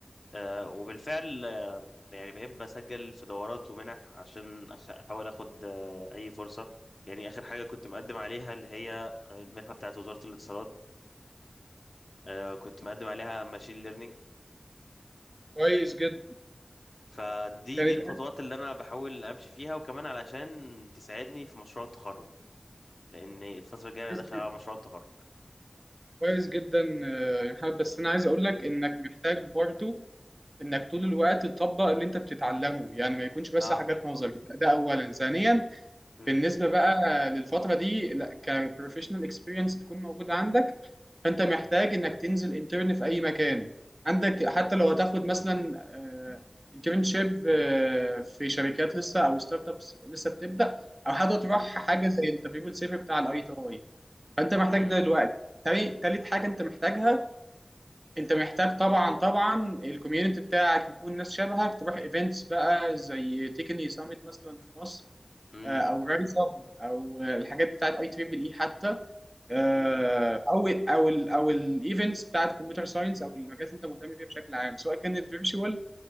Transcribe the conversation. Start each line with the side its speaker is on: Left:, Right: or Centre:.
Left: آه، وبالفعل آه، يعني بقيت بسجل في دورات ومنح عشان أخ- احاول اخد آه، اي فرصه يعني اخر حاجه كنت مقدم عليها اللي هي المنحه بتاعت وزاره الاتصالات آه، كنت مقدم عليها ماشين ليرنينج
Right: كويس جدا
Left: فدي
Right: كانت
Left: دي الخطوات اللي انا بحاول امشي فيها وكمان علشان تساعدني في مشروع التخرج لان الفتره الجايه
Right: كويس
Left: انا داخل
Right: جدا
Left: على مشروع التخرج
Right: كويس جدا آه، يا محمد بس انا عايز اقول لك انك محتاج برضو انك طول الوقت تطبق اللي انت بتتعلمه يعني ما يكونش بس
Left: اه
Right: حاجات نظري ده اولا ثانيا
Left: مم.
Right: بالنسبه بقى للفتره دي لا كبروفيشنال اكسبيرينس تكون موجوده عندك فانت محتاج انك تنزل انترن في اي مكان عندك حتى لو هتاخد مثلا انترنشيب في شركات لسه او ستارت ابس لسه بتبدا او حتى تروح
Left: مم.
Right: حاجه زي التدريب الصيفي بتاع الاي تي اي فانت محتاج
Left: مم.
Right: ده دلوقتي تاني- تالت حاجه انت محتاجها انت محتاج طبعا طبعا الكوميونتي بتاعك يكون ناس شبهك تروح ايفنتس بقى زي تكني سامت مثلا في مصر
Left: مم.
Right: آه، او رايز اب او الحاجات بتاعت اي تريبل اي حتى آه،
Left: مم.
Right: او ال او ال او الايفنتس بتاعت كمبيوتر ساينس او المجالات اللي انت مهتم بيها بشكل عام سواء كانت فيرتشوال